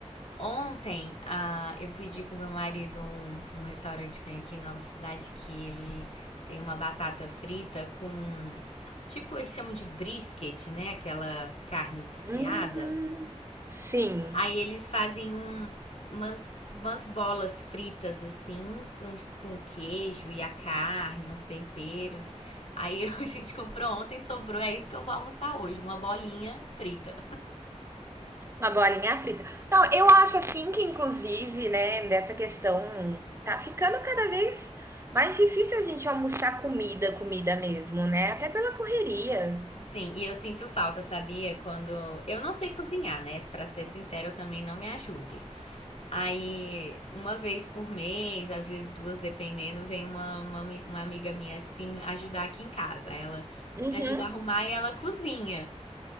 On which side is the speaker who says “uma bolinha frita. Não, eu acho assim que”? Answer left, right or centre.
Right